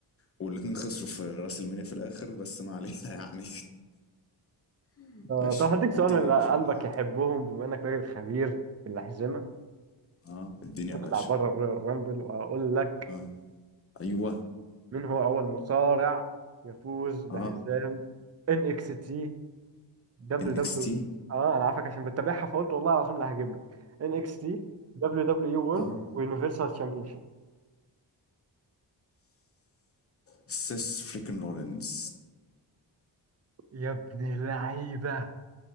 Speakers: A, on the left; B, on the right.
A: والاتنين خسروا في راس المينيا في الآخر بس ما علينا يعني <laughs>
B: آه،
A: ماشي
B: طب هديك سؤال
A: الدنيا
B: من اللي
A: يا باشا
B: قلبك
A: بقى اللي عندك
B: يحبهم بما انك راجل خبير في الاحزمه
A: اه الدنيا
B: نطلع
A: يا باشا
B: بره الرويال رامبل واقول لك
A: اه ايوه
B: من هو أول مصارع يفوز بحزام
A: اه
B: ان اكس تي دبليو
A: ان
B: دبليو
A: اكس تي
B: اه انا عارفك عشان بتتابعها فقلت والله العظيم اللي هجيب لك ان اكس تي دبليو دبليو اي وورلد
A: اه
B: ويونيفرسال شيب
A: سيس فريكن رولينز
B: يا ابن اللعيبه